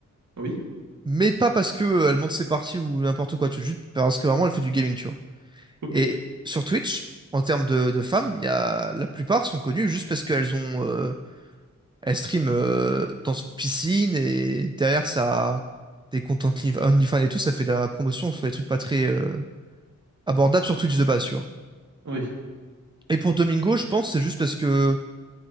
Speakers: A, on the right; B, on the right.
A: Oui?
B: Mais pas parce que euh, elle monte ses parties ou n'importe quoi, tu vois, juste parce que vraiment elle fait du gaming, tu vois.
A: Ok.
B: Et sur Twitch, en termes de, de femmes, il y a, la plupart sont connues juste parce qu'elles ont, euh, elles streament euh, dans une piscine et derrière ça, des comptes Only- OnlyFans et tout, ça fait de la promotion sur des trucs pas très euh, abordables sur Twitch de base, tu vois.
A: Oui.
B: Et pour Domingo, je pense que c'est juste parce que